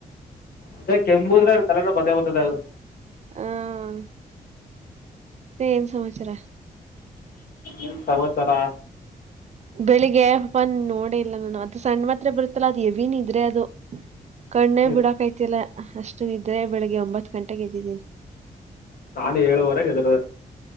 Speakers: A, on the left; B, on the right.
A: ಅದೇ ಕೆಮ್ಮುದ್ರ ಅ ತಲೆನ ಬದೇ ಗೊತ್ತದ್ರದು
B: ಹಾ <inaudible> ಮತ್ತೆ ಏನ್ ಸಮಾಚಾರ
A: ಏನ್ ಸಮಾಚಾರ
B: ಬೆಳಿಗ್ಗೆ ಹಬ್ಬ ನೋಡ ಇಲ್ಲ ನಾನು ಅದು ಸಣ್ಣ ಮಾತ್ರ ಬರುತ್ತಲ್ಲ ಅದ್ ಯವನ್ ಇದ್ರೆ ಅದು ಕಣ್ಣೇ
A: ಹ್ಮ್
B: ಬಿಡಕೈತಿಲ್ಲ ಅಷ್ಟು ನಿದ್ರೆ ಬೆಳಿಗ್ಗೆ ಒಂಬತ್ತು ಗಂಟೆಗೆ ಎದ್ದಿದೀನಿ
A: ನಾನೆ ಏಳುವರೆಗೆ ಹೆದ್ರದ